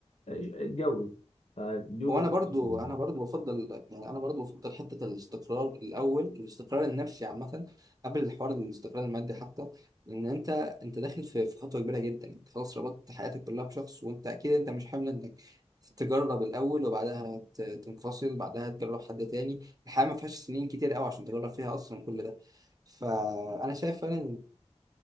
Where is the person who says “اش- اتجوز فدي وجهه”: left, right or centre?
Left